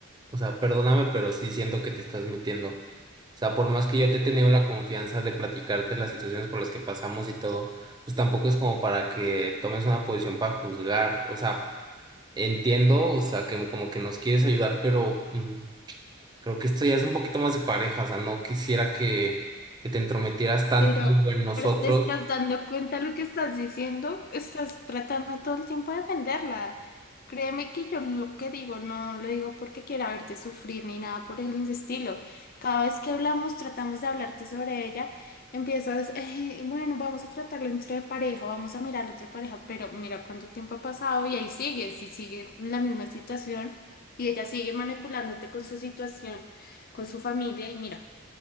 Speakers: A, on the right; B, on the left.
A: o sea, perdóname, pero sí siento que te estás metiendo. O sea, por más que yo te he tenido la confianza de platicarte las situaciones por las que pasamos y todo, pues tampoco es como para que tomes una posición para juzgar. O sea, entiendo, o sea, que como que nos quieres ayudar, pero mm, creo que esto ya es un poquito más de pareja. O sea, no quisiera que, que te entrometieras tanto
B: Pero,
A: en nosotros.
B: pero te estás dando cuenta de lo que estás diciendo, estás tratando todo el tiempo de defenderla. Créeme que yo lo que digo no lo digo porque quiera verte sufrir ni nada por el estilo. Cada vez que hablamos, tratamos de hablarte sobre ella, empiezas, "Eh, bueno, vamos a tratarlo entre pareja, vamos a mirarlo entre pareja, pero mira cuánto tiempo ha pasado y ahí sigues y sigue la misma situación y ella sigue manipulándote con su situación, con su familia y mira